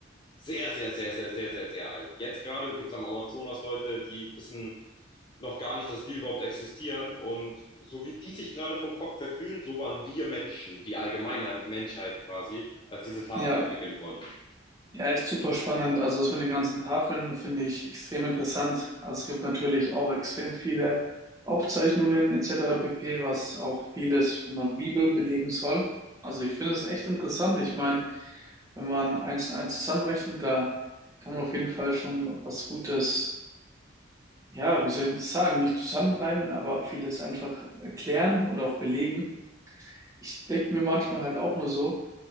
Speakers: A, on the left (about 25°); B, on the right (about 20°).
A: sehr, sehr, sehr, sehr, sehr, sehr, sehr alt. Jetzt gerade gibt es am Amazonas Leute, die wissen noch gar nicht, dass wir überhaupt existieren. Und so wie die sich gerade vom Kopf verfühlen, so waren wir Menschen, die allgemeine Menschheit quasi, als diese Tafeln
B: Ja,
A: entwickelt wurden.
B: Ja, echt super spannend. Also das mit den ganzen Tafeln finde ich extrem interessant. Also es gibt natürlich auch extrem viele Aufzeichnungen etc. pp., was auch vieles von der Bibel belegen soll. Also ich finde es echt interessant. Ich meine, wenn man eins und eins zusammenrechnet, da kann man auf jeden Fall schon was Gutes, ja, wie soll ich das sagen, nicht zusammenreimen, aber vieles einfach erklären oder auch belegen. Ich denke mir manchmal halt auch nur so,